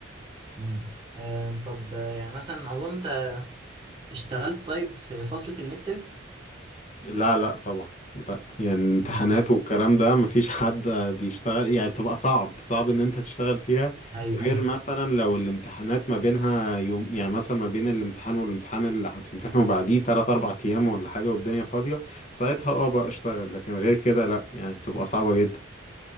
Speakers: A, on the right (about 25°); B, on the left (about 40°).
A: مم. آه، طب آه، يعني مثلا اظن انت اشتغلت طيب في فترة الميد ترم
B: لا لا طبعا لا يعني الامتحانات
A: مم.
B: والكلام ده مفيش حد بيشتغل يعني تبقى صعب صعب ان انت تشتغل فيها
A: ايوه
B: غير
A: ايوه
B: مثلا لو الامتحانات ما بينها يوم يعني مثلا ما بين الامتحان والامتحان اللي هتمتحنه بعديه تلات اربع ايام ولا حاجة والدنيا فاضية ساعتها اه بقى اشتغل لكن غير كده لا يعني بتبقى صعبة جدا